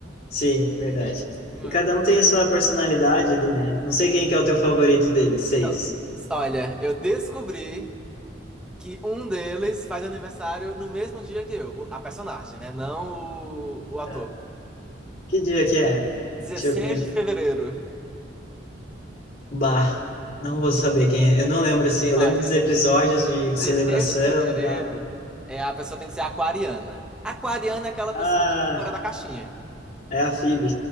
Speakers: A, on the left; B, in the centre.
A: Sim, verdade.
B: Não
A: E cada
B: é?
A: um tem a sua personalidade ali, né? Não sei quem que é o teu favorito deles, seis.
B: Então, Olha, eu descobri que um deles faz aniversário no mesmo dia que eu. O- A personagem, né? Não o, o ator.
A: Tá. Que dia que é?
B: dezesseis
A: Deixa eu- me
B: de fevereiro.
A: Bah, não vou saber quem é. Eu não lembro assim. Eu
B: Olha,
A: lembro dos episódios de celebração
B: dezesseis de fevereiro
A: e tal.
B: é a pessoa tem que ser aquariana. Aquariana é aquela
A: Ah,
B: pessoa que é fora da caixinha.
A: é a Phoebe.